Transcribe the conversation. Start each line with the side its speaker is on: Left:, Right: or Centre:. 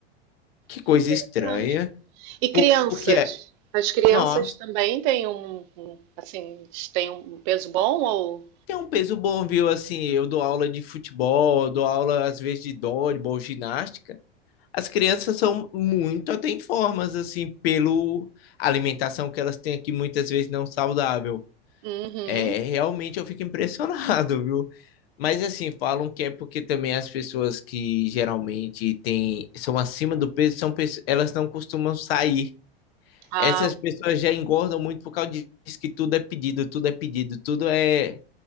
Left: que coisa
Right: que interessante.
Left: estranha.
Right: E crianças?
Left: Por- Porque, é-
Right: As crianças
Left: nossa,
Right: também têm um, um- assim, têm um peso bom ou?
Left: tem um peso bom, viu? Assim, eu dou aula de futebol, eu dou aula às vezes de dodgeball, ginástica. As crianças são muito atenformas, assim, pelo alimentação que elas têm aqui, muitas vezes não saudável.
Right: Uhum.
Left: É, realmente eu fico impressionado, <laughs> viu? Mas assim, falam que é porque também as pessoas que geralmente têm, são acima do peso, são, pe- elas não costumam sair.
Right: Ah,
Left: Essas pessoas já engordam muito por causa disso que tudo é pedido, tudo é pedido, tudo é,